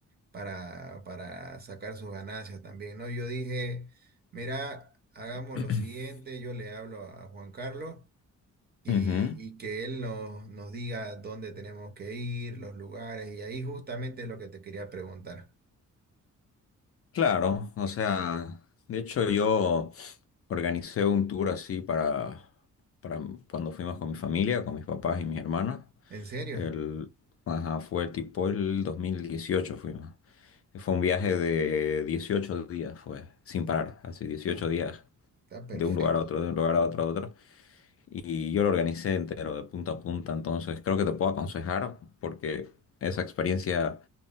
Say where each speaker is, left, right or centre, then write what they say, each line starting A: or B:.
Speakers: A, on the right (about 30°); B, on the left (about 50°).
A: para, para sacar sus ganancias también, ¿no? Yo dije, mira, hagamos
B: <clears throat>
A: lo siguiente, yo le hablo a Juan Carlos y,
B: Ujú.
A: y que Él nos, nos diga dónde tenemos que ir, los lugares, y ahí justamente es lo que te quería preguntar.
B: Claro, o sea, de hecho yo organicé un tour así para, para cuando fuimos con mi familia, con mis papás y mis hermanas.
A: ¿En serio?
B: El, ajá, fue tipo el 2018 fuimos. Fue un viaje de 18 días, fue, sin parar, así 18
A: Uh,
B: días,
A: está perfecto,
B: de un lugar a otro, de un lugar a otro, a otro. Y yo lo organicé entero, de punta a punta, entonces creo que te puedo aconsejar porque esa experiencia